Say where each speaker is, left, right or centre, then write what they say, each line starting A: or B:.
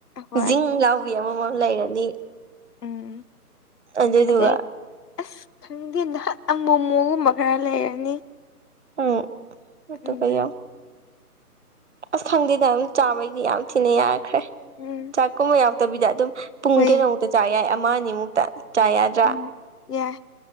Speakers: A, on the left; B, on the right.
A: ꯍꯣꯏ
B: ꯖꯤꯡ ꯌꯥꯥꯎꯕꯤ ꯑꯃꯃꯝ ꯂꯩꯔꯅꯤ
A: ꯎꯝ
B: ꯑꯗꯨꯗꯗꯨꯒ
A: ꯑꯗꯩ ꯑꯁ ꯈꯪꯗꯦ ꯅꯍꯠ ꯑꯃꯣ ꯑꯃꯨꯒꯨꯝꯕ ꯈꯔ ꯂꯩꯔꯅꯤ
B: ꯎꯝ ꯑꯗꯨꯠꯇ
A: ꯎꯝ
B: ꯀꯎ ꯑꯁ ꯈꯪꯗꯦꯗ ꯑꯗꯨꯝ ꯆꯥꯕꯩꯗꯤ ꯌꯥꯝ ꯊꯤꯅ ꯌꯥꯈ꯭ꯔꯦ
A: ꯎꯝ
B: ꯆꯥꯛ ꯀꯨꯝꯕ ꯌꯥꯎꯗꯕꯤꯗ ꯑꯗꯨꯝ ꯄꯨꯡ
A: ꯍꯣꯏ
B: ꯀꯩꯅꯣꯃꯨꯛꯇ ꯆꯥ ꯌꯥꯏ ꯑꯃ ꯑꯅꯤꯃꯨꯛꯇ ꯆꯥ ꯌꯥꯗ꯭ꯔꯥ
A: ꯎꯝ ꯌꯥꯏ